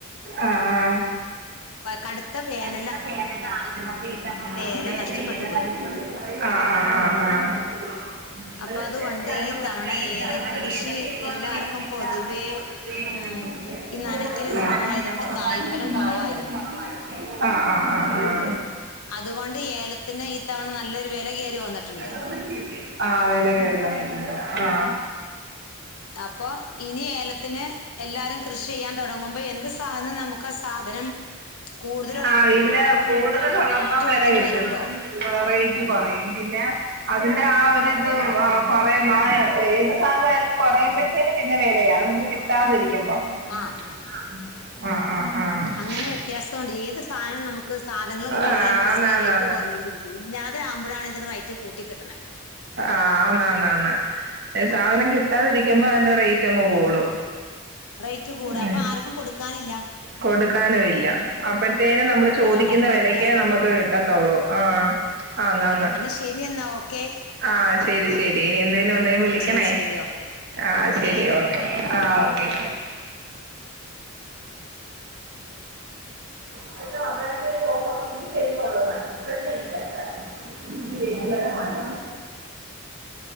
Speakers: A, on the right; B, on the left.
A: ആഹ് ആഹ്
B: കടുത്ത വേന
A: <unintelligible>
B: ഏലം നഷ്ടപ്പെട്ടു
A: ആഹ്
B: പോയി
A: ആഹ്
B: അപ്പൊ അതുകൊണ്ട് ഈ തവണ
A: ആഹ്
B: ഏലം കൃഷി എല്ലാവർക്കും പൊതുവെ
A: <unintelligible>
B: ഉം ഈ നനയ്ക്കല് കുറവായതുകൊണ്ട്
A: <unintelligible>
B: കായ്ഫലം കുറവായിരുന്നു
A: ആഹ് ആഹ് ആഹ് ആഹ്
B: അതുകൊണ്ട് ഏലത്തിന് ഈ തവണ നല്ലൊരു വില കയറി വന്നിട്ടുണ്ട്
A: <unintelligible> ആഹ് വില കയറി വന്നിട്ടുണ്ട് ആഹ്
B: അപ്പൊ ഇനി ഏലത്തിന് എല്ലാരും കൃഷി ചെയ്യാൻ തുടങ്ങുമ്പോ എന്ത് സാധനവും നമുക്ക് ആഹ് സാധനം കൂടു
A: ആഹ് ഇല്ല കൂടുതൽ ഒള്ളപ്പാ വില
B: കുറഞ്ഞു
A: കിട്ടും
B: വരൂലോ
A: റേറ്റ് കുറയും പിന്നെ അതിന്റെ ആഹ് ഒരുരിത് കൊറയ ആഹ് ഏത് സാധനമായാലും കുറയൻ പറ്റ പിന്നെ വിലയാണ് നമുക്ക് കിട്ടാതിരിക്കുമ്പോ
B: ആഹ്
A: ഉം ആഹ് ആഹ് ആഹ്
B: അങ്ങനെ വ്യത്യാസം ഉണ്ട് ഏത് സധനം നമുക്ക് സാധനങ്ങള് കൂടുതല്
A: ആഹ്
B: അനുസരിച്ച്
A: ആന്നാന്നാന്ന്
B: റേറ്റ് കുറഞ്ഞോണ്ടിരിക്ക ഇല്ലാതെ ആവുമ്പോഴാണ് ഇതിന് റേറ്റ് കൂട്ടുന്നത്
A: ആഹ് അന്ന് അന്ന് ആന്ന് ഏഹ് സാധനം കിട്ടാതിരിക്കുമ്പോ അതിന്റെ റേറ്റ് അങ്ങ് കൂടും
B: റേറ്റ് കൂടുക
A: ഉം
B: അപ്പൊ ആർക്കും കൊടുക്കാനില്ല
A: കൊടുക്കാനും ഇല്ല അപ്പം തേങ്ങ നമ്മള് ചോദിക്കുന്ന
B: അതാണ് അതിന്റെ വ്യത്യാസം
A: വിലക്കേ നമുക്ക് കിട്ടത്തുള്ളൂ ആഹ് ആന്ന് ആന്ന്
B: എന്നാൽ ശരിയെന്നാ ഓക്കെ
A: ആഹ് ശരി ശരി ഇനി എന്തേലും ഒണ്ടങ്കി വിളിക്കണേ
B: ശരി ശരി ഓക്കെ
A: ആഹ്
B: ഓക്കെ
A: ശരി ഓ ഏഹ് ആഹ് ഓക്കെ <unintelligible> ഇൻക്കി <unintelligible>